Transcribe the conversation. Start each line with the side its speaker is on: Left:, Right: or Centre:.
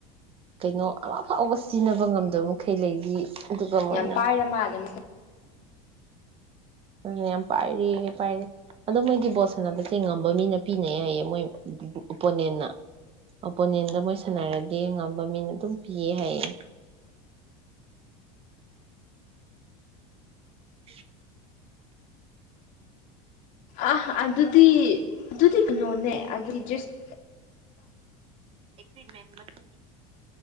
Right: ꯀꯩꯅꯣ ꯑꯃꯐꯥꯎꯕ ꯁꯤꯖꯤꯟꯅꯕ ꯉꯝꯗꯕ ꯃꯈꯩ ꯂꯩꯔꯤ ꯑꯗꯨꯒ ꯃꯣꯏꯅ
Left: ꯌꯥꯝ ꯄꯥꯏꯔ ꯃꯥꯜꯂꯦ
Right: ꯑꯗꯨ ꯌꯥꯝ ꯄꯥꯏꯔꯦ ꯄꯥꯏꯔꯦ ꯑꯗꯣ ꯃꯣꯏꯗꯤ ꯕꯣꯠ ꯁꯥꯟꯅꯕꯁꯦ ꯉꯝꯕ ꯃꯤꯅ ꯄꯤꯅꯩ ꯍꯥꯏꯌꯦ ꯃꯣꯏ ꯑꯣꯄꯣꯅꯦꯟꯅ ꯎꯄꯣꯅꯦꯟꯠꯗꯣ ꯃꯣꯏ ꯁꯥꯟꯅꯔꯗꯤ ꯉꯝꯕ ꯃꯤꯅ ꯑꯗꯨꯝ ꯄꯤꯌꯦ ꯍꯥꯏꯌꯦ <inaudible>
Left: ꯑ ꯑꯗꯨ <unintelligible> ꯑꯗꯨꯗꯤ ꯀꯩꯅꯣꯅꯦ ꯑꯗꯨꯗꯤ ꯖꯁ
Right: ꯑꯦꯆꯤꯄꯃꯦꯟ ꯃꯇꯨꯡ ꯏꯅ